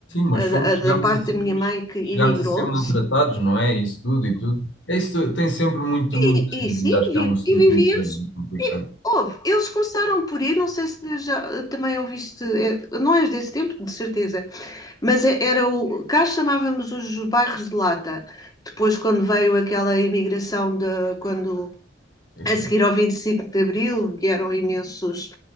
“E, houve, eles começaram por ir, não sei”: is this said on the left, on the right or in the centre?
Left